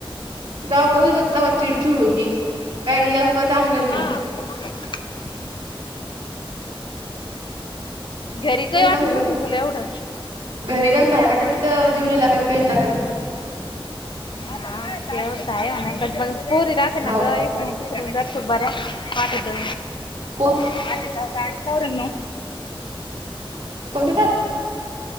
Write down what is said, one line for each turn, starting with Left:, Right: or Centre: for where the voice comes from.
Right: जाव ब चिडचिड होती काही का चांगलं नाही.
Left: ह घरी काही वाटत
Right: चांगलं
Left: नस
Right: नाहीये
Left: तुला एवढं
Right: घरी जाऊन बाहेर वाटत जीवने लागत कही लागत
Left: हा तेतय नाट ब पूरी रात्री
Right: हो
Left: ना ग दर्शक बर्या वाठत
Right: कोण
Left: माझी चौदा आठ आहे चोरणाव
Right: कोण येतात